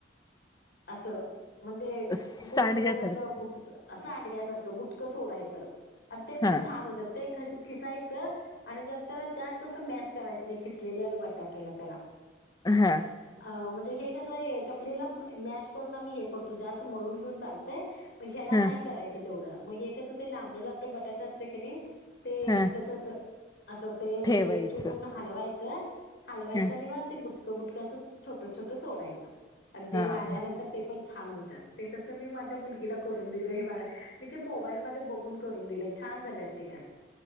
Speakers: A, on the left; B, on the left.
A: असं म्हणजे
B: सांडग्यासारखं
A: गोल गोल असं बुटक अस सांडग्यासारखं बुटकं सोडायचं आणि ते
B: हा
A: पण छान होतात ते कस खिसायचं आणि जर त्याला जास्त अस मॅश करायचं नाही खिसलेले आलं बटाट्याला त्याला
B: हा
A: अं म्हणजे हे कस चकलीला मॅश करून आम्ही हे करतो जास्त मळून घेऊन चालतंय मग ह्याला
B: हा
A: नाहीं करायचं तेवढं मग हे कसं ते लांबड लांबड बटाट असतय की नाही ते
B: हा
A: तसच असं ते
B: ठेवायचं
A: ते एकजू करून हलवाय का हलवायचं
B: ह
A: नाही ते त बुट कसच छोट छोटं सोडायचं आणि ते
B: हा
A: वाल्यानंतर ते पण छान होत्यात तसं मी माझ्या मुलगीला करून दिलो हे मी ते मोबाईल म बघून करून दिले छान झाल्यात ते खर